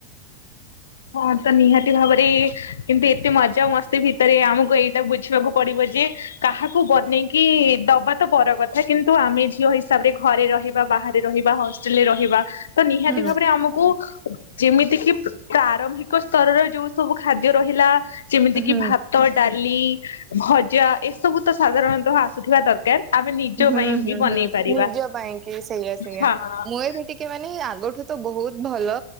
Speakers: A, on the left; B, on the right.
A: ହଁ ତ ନିହାତି ଭାବରେ କିନ୍ତୁ ଏତେ ମଜା ମସ୍ତି ଭିତରେ ଆମକୁ ଏଇଟା ବୁଝିବାକୁ ପଡିବ ଯେ କାହାକୁ ବନେଇକି ଦବା ତ ବଡ କଥା କିନ୍ତୁ ଆମେ ଝିଅ ହିସାବରେ ଘରେ ରହିବା ବାହାରେ ରହିବା ହଷ୍ଟେଲ ରହିବା ତ ନିହାତି
B: ହୁଁ
A: ଭାବରେ ଆମକୁ ଯେମିତି କି ପ୍ରାରମ୍ଭିକ ସ୍ତରରେ ଯୋଉ ସବୁ ଖାଦ୍ୟ ରହିଲା ଯେମିତି
B: ହୁଁ
A: କି ଭା ତ ଡାଲି ଭଜା ଏସବୁ ତ ସାଧାରଣତଃ ଆସୁଥିବା ଦରକାର। ଆମେ ନିଜ
B: ହୁଁ
A: ପାଇଁ
B: ହୁଁ
A: ବି ବନେଇ
B: ହୁଁ
A: ପାରିବା
B: ନିଜ ପାଇଁ କି ସେଇଆ ସେଇଆ
A: ହଁ
B: ମୁଁ ଟିକେ ମାନେ ଆଗଠୁ ତ ବହୁତ ଭଲ